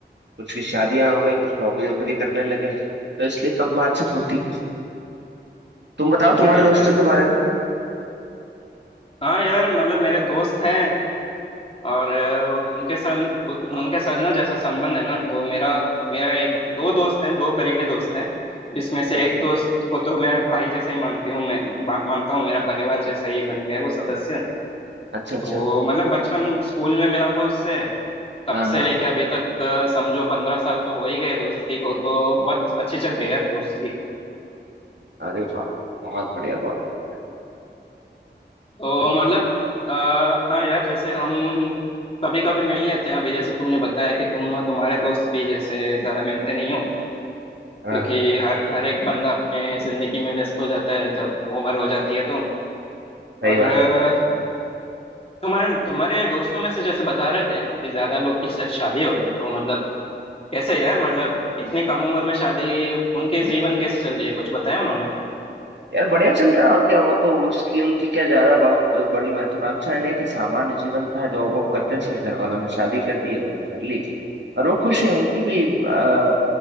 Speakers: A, on the right; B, on the left.
A: कुछ की शादियां हो गई कुछ नौकरी वोकरी करने लगे तो इसलिए कम बातचीत होती तुम बताओ तुम्हारे
B: अरे
A: दोस्तों
B: यार
A: के बारे में
B: हाँ यार मतलब मेरे दोस्त हैं और अ, उनके साथ उत- उनके साथ ना जैसा संबंध है ना तो मेरा मेरा एक दो दोस्त हैं दो करीबी दोस्त हैं जिसमें से
A: अच्छा
B: एक दोस्त को तो मैं भाई जैसे ही मानती हूँ मैं बा- मानता हूँ मेरा परिवार जैसा ही बन गया है वो सदस्य
A: अच्छा अच्छा
B: तो मतलब बचपन स्कूल में मिला था उससे तब
A: हाँ
B: से
A: हाँ
B: लेके अभी तक अ, समझो पंद्रह साल तो हो ही गए दोस्ती को तो बहुत अच्छी चल रही है यार दोस्ती
A: अरे वाह बहुत बढ़िया बहुत बढ़िया
B: तो मतलब आ, हाँ यार जैसे हम कभी कभी मिल लेते हैं अभी जैसे तुमने बताया कि तुम तुम्हारे दोस्त भी जैसे ज्यादा मिलते नहीं हो
A: हाँ
B: क्योंकि
A: हाँ
B: हर हर एक बंदा अपने जिंदगी में व्यस्त हो जाता है जब उम्र हो जाती है तो
A: सही
B: और
A: बात
B: अ,
A: है
B: तुम्हारे तुम्हारे दोस्तों में से जैसे बता रहे थे कि ज्यादा लोग की शा- शादी हो गई तो मतलब कैसे यार मतलब इतनी कम उम्र में शादी उनके जीवन कैसे चल रही है कुछ बताया उन्होंने
A: यार बढ़िया चल रहा है और क्या वो तो उसकी उनकी क्या ज्यादा बहुत बड़ी महत्वाकांक्षा नहीं थी सामान्य जीवन था जॉब वॉब करते थे घर वालों ने शादी कर दी उन्होंने कर ली और वो खुश है उनकी भी अ,